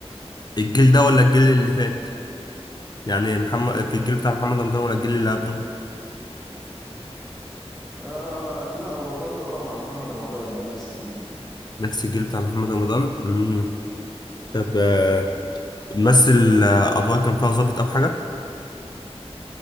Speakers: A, on the left; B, in the centre.
A: الجيل ده ولا الجيل اللي فات يعني محمد في الجيل بتاع محمد رمضان ولا الجيل اللي قبله
B: آه لا هو برضه اه مع محمد رمضان يعني نفس الجيل
A: نفس الجيل بتاع محمد رمضان امم طب آه، مثل آه، ادوار كان فيها ظابط او حاجة